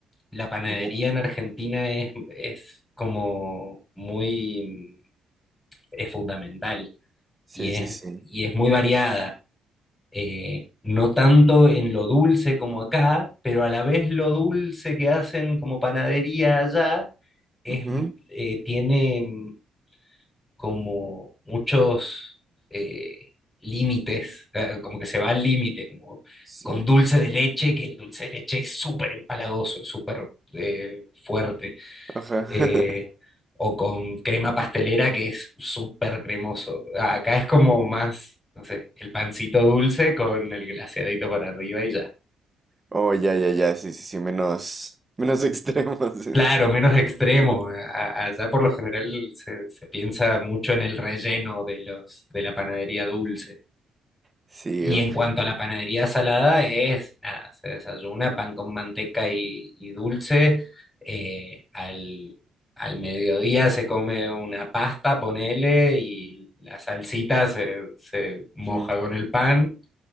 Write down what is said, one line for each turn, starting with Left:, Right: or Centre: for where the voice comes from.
Left: La panadería
Right: Oh,
Left: en Argentina es, es como muy, es fundamental
Right: sí,
Left: y
Right: sí,
Left: es,
Right: sí.
Left: y es muy variada. Eh, no tanto en lo dulce como acá, pero a la vez lo dulce que hacen como panadería allá es,
Right: Ujú.
Left: eh, tiene como muchos eh, límites, eh, como que se va al límite, como
Right: Sí,
Left: con dulce de leche, que el dulce de leche es súper empalagoso, es súper eh, fuerte,
Right: ajá.
Left: eh,
Right: <laughs>
Left: o con crema pastelera que es súper cremoso. Acá es como más, no sé, el pancito dulce con el glaseadito para arriba y ya.
Right: Oh, ya, ya, ya, sí, sí, sí, menos, <laughs> menos extremos, sí,
Left: Claro,
Right: sí, sí.
Left: menos extremo.
Right: <laughs>
Left: A- Allá por lo general se, se piensa mucho en el relleno de los, de la panadería dulce.
Right: Sí,
Left: Y
Right: uf,
Left: en cuanto a la panadería salada, es, nada, se desayuna pan con manteca y, y dulce. eh, al, al mediodía se come una pasta, ponele, y la salsita se, se moja
Right: ujú,
Left: con el pan.